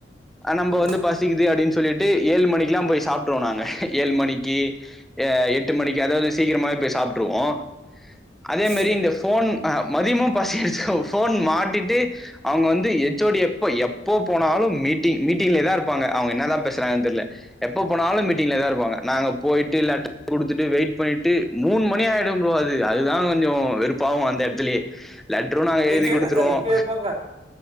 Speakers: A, in the centre; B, on the right (about 35°).
A: நம்
B: சரி
A: வந்து பசிக்குது அப்படின்னு சொல்லிட்டு ஏழு மணிக்கு எல்லாம் போய் சாப்பிட்டுருவன் நாங்க ஏழு மணிக்கு எட்டு மணிக்கு சீக்கிரமா போய் சாப்பிட்டுருவோம் அதே மெரி
B: சரி
A: இந்த போன் மதியமும் பசி போன் மாட்டிட்டு அவங்க வந்து எச்ஓடி எப்ப போனாலும் மீட்டிங் மீட்டிங்களா இருப்பாக அவங்க என்னதான் பேசுறாங்க தெரிய எப்போ போனாலும் மீட்டிங் இருப்பங்க நாங்க போயிட்டு போய் லேட்டர் கொடுத்துட்டு வெயிட் பண்ணிட்டு மூணு மணி ஆயிடும் ப்ரோ அது அதுதான் கொஞ்சம் வெறுப்பாகும் அந்த இடத்துலயே லெட்டரும் நாங்க எழுதி
B: நிக்க
A: குடுத்துருவோம்.
B: அதான் நிக்க வைப்பாங்க